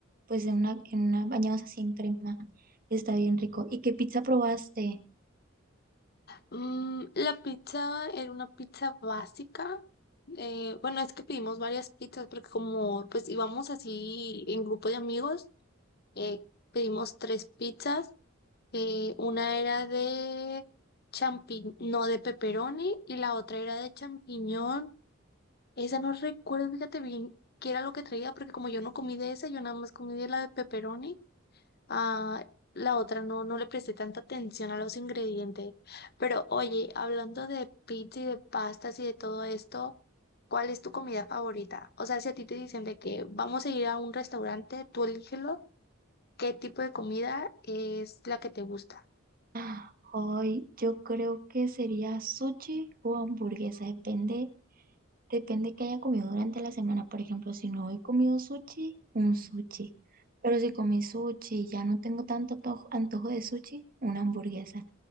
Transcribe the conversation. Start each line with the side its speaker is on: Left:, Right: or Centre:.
Right: pues en una, en una, bañados así en crema. Está bien rico. ¿Y qué pizza probaste?
Left: Mm, la pizza era una pizza básica. Eh, bueno, es que pedimos varias pizzas porque como pues íbamos así en grupo de amigos. Eh, pedimos tres pizzas. eh, una era de champiñón, no de pepperoni, y la otra era de champiñón. Esa no recuerdo, fíjate bien qué era lo que traía, porque como yo no comí de esa, yo nada más comí de la de pepperoni. Ah, la otra no, no le presté tanta atención a los ingredientes. Pero oye, hablando de pizza y de pastas y de todo esto. ¿Cuál es tu comida favorita? O sea, si a ti te dicen de que vamos a ir a un restaurante, tú elígelo ¿Qué tipo de comida es la que te gusta?
Right: <gasps> Ah, Ay, yo creo que sería sushi o hamburguesa, depende Depende que haya comido durante la semana. Por ejemplo, si no he comido sushi, un sushi. Pero si comí sushi y ya no tengo tanto antojo, antojo de sushi, una hamburguesa.